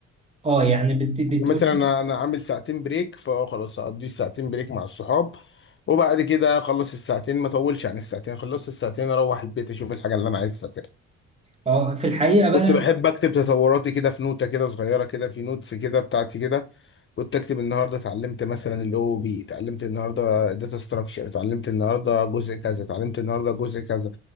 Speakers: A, on the right (about 20°); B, on the left (about 40°).
A: اه يعني بت... بتقول
B: مثلا انا أنا عامل ساعتين بريك فخلاص هقضي الساعتين بريك مع الصحاب وبعد كده اخلص الساعتين ما اطولش عن الساعتين خلصت الساعتين اروح البيت اشوف الحاجه اللي انا عايز اذاكرها
A: اه في الحقيقه بقى
B: كنت بحب اكتب تطوراتي كده في نوتة كده صغيره كده في نوتس كده بتاعتي كده كنت اكتب النهارده اتعلمت مثلا الاو بي اتعلمت النهارده داتا ستراكشر اتعلمت النهارده جزء كذا اتعلمت النهارده جزء كذا